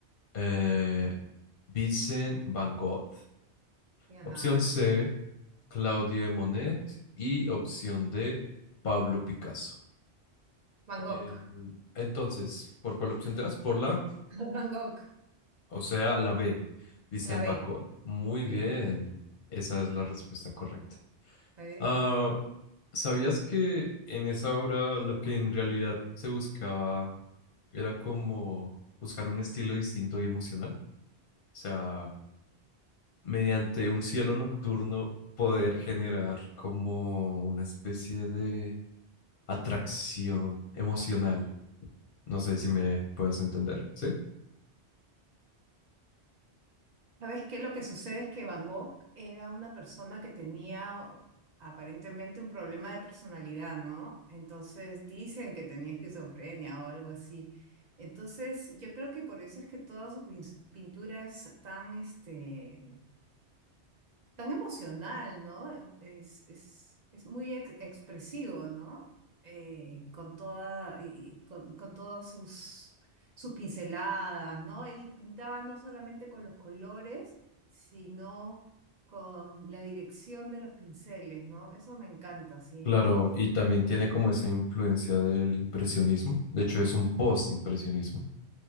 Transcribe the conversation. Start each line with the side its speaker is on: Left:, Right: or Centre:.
Left: eh, Vincent Van Gogh.
Right: ajá.
Left: Opción C, Claudia de Monet y opción D, Pablo Picasso.
Right: Van Gogh.
Left: Eh, entonces, ¿por cuál opción te das? Por la,
Right: Van Gogh,
Left: o sea, la B,
Right: <laughs>
Left: Vicente
Right: la B,
Left: Van Gogh. Muy
Right: sí.
Left: bien, esa es la respuesta correcta.
Right: la
Left: Ah, ¿sabías que en esa obra lo que en realidad se buscaba era como buscar un estilo distinto y emocional? O sea, mediante un cielo nocturno poder generar como una especie de atracción emocional. No sé si me puedas entender, ¿sí?
Right: ¿Sabes qué? Lo que sucede es que Van Gogh era una persona que tenía aparentemente un problema de personalidad, ¿no? Entonces dicen que tenía esquizofrenia o algo así. Entonces yo creo que por eso es que toda su pin- pintura es tan, este, tan emocional, ¿no? Es, es, es muy ex- expresivo, ¿no? Eh, con toda, y- y con, con todas sus, sus pinceladas, ¿no? Él pintaba no solamente con los colores, sino con la dirección de los pinceles, ¿no? Eso me encanta, sí,
Left: Claro, y también tiene como esa influencia del impresionismo. De hecho, es un post-impresionismo.